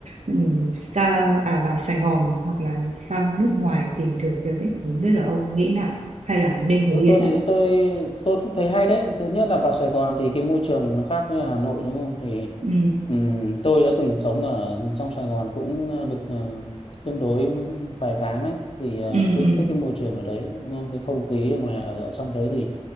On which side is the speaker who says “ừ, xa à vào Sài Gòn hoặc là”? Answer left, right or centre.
Right